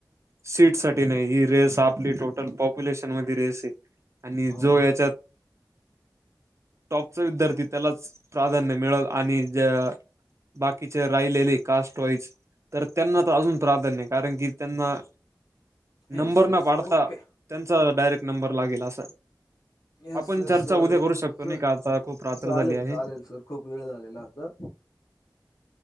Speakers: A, on the right; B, on the left.
A: सीट साठी नाही ही रेस आपली टोटल पॉप्युलेशन मध्ये रेस आहे. आणि
B: हो
A: जो याच्यात टॉपचा विद्यार्थी त्यालाच प्राधान्य मिळेल आणि ज बाकीचे राहिलेले कास्ट वाईज. तर त्यांना तर अजून प्राधान्य कारण की त्यांना
B: येस
A: नंबर
B: येस
A: न पाडता
B: ओके
A: त्यांचा डायरेक्ट नंबर लागेल असं.
B: येस
A: आपण
B: येस
A: चर्चा
B: सर
A: उद्या करू शकतो
B: च-
A: नाही का, आता खूप रात्र
B: चालेल
A: झाली आहे.
B: चालेल सर खूप वेळ झालेला आता.